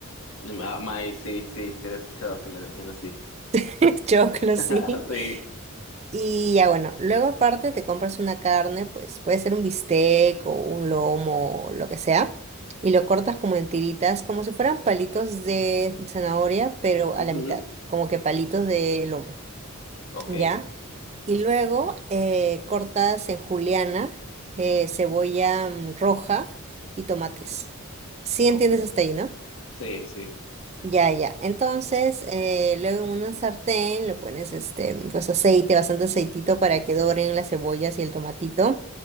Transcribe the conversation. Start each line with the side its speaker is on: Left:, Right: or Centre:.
Left: Ma- Maíz, sí, sí, se había escuchado que le decían así.
Right: <laughs> choclo,
Left: <laughs>
Right: sí.
Left: Sí,
Right: Y ya bueno, luego aparte te compras una carne, pues puede ser un bistec o un lomo, o lo que sea, y lo cortas como en tiritas, como si fueran palitos de zanahoria, pero
Left: ujú,
Right: a la mitad, como que palitos de lomo,
Left: Ok,
Right: ¿ya? Y luego eh, cortas en juliana, eh, cebolla mm, roja y tomates. ¿Sí
Left: ok,
Right: entiendes hasta ahí, no?
Left: sí, sí,
Right: Ya, ya. Entonces, eh, luego en una sartén le pones este, pues aceite, bastante aceitito para que doren las cebollas y el tomatito.